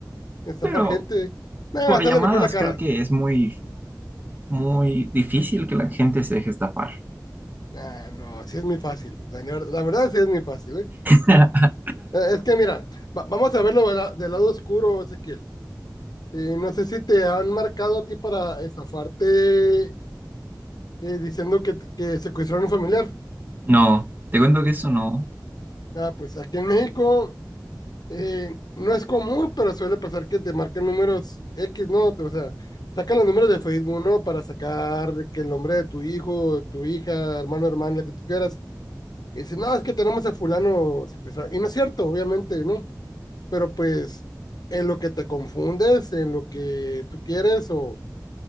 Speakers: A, on the left (about 65°); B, on the right (about 25°).
A: Estafar
B: Pero
A: gente. Nah,
B: por
A: sale
B: llamadas
A: mejor la cara.
B: creo que es muy, muy difícil que la gente se deje estafar.
A: Ah, no, sí es muy fácil. La, ne- la verdad sí es muy fácil, ¿eh?
B: <laughs>
A: Eh, Es que mira, va- vamos a verlo de la- del lado oscuro, Ezequiel. Eh, no sé si te han marcado a ti para estafarte eh, diciendo que, que secuestraron a un familiar.
B: No, te cuento que eso no.
A: Ah, pues aquí en México eh, no es común, pero suele pasar que te marquen números X, ¿no? O sea, sacan los números de Facebook, ¿no? Para sacar que el nombre de tu hijo, tu hija, hermano, hermana, lo que tú quieras Y dice, no, es que tenemos a fulano secuestrado. Y no es cierto, obviamente, ¿no? Pero pues en lo que te confundes, en lo que tú quieres o